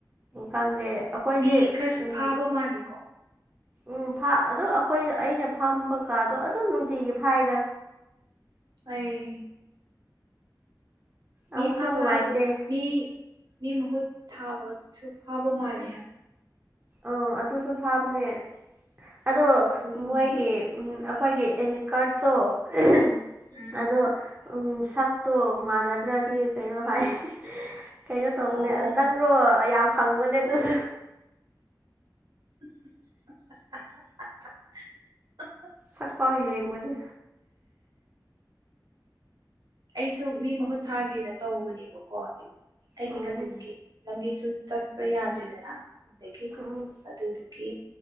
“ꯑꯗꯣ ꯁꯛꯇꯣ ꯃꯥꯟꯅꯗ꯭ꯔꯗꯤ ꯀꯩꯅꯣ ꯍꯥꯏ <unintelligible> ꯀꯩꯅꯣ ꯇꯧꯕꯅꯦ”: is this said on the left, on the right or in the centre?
Right